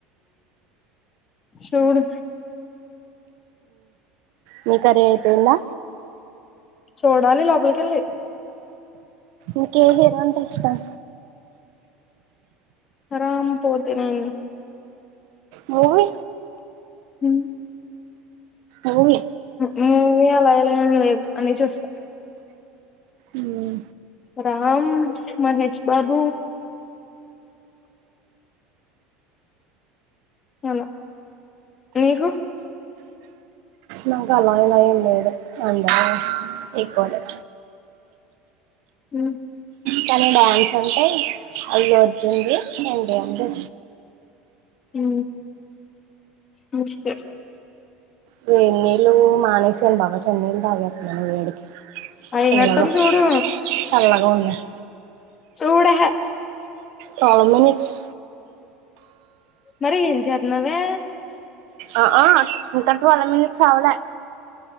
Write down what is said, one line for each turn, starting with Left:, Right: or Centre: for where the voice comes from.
Left: చూడు
Right: మీకు కర్రీ అయిపోయిందా
Left: చూడాలి లోపలికెళ్ళి
Right: ఇకే హీరో అంటే ఇష్టం
Left: అరాం పోతే నేని
Right: మూవీ
Left: హ
Right: అవ్ఇ
Left: మమ్మీ అలా ఎలా ఏం లేదు అని చూస్తా
Right: ఉమ్
Left: రామ్ మహేష్ బాబు అమ నీకు
Right: నాక అలా ఇలా ఏం లేదు అందరూ ఈక్వల్ ఏ
Left: హమ్
Right: కనడా అంటే అల్లు అర్ ఏంది ఎంటి అంది
Left: ఉ మంచిది
Right: నువ్వు ఎనెళ్లు మానేసి థిన్ బాగోచె చెన్నై నీళ్లూ తాగట్లేదు వేడికి
Left: అయినత్తం
Right: చల్లగా
Left: చూడు
Right: చల్లగా ఉన్నాయి
Left: చూడు యాహే
Right: ఫైవ్ మినిట్స్
Left: మరి ఏం చేతున్నావే
Right: ఆ ఆ‌ ట్వువ్వ్ వాళ్ళ మీదకి చాల లే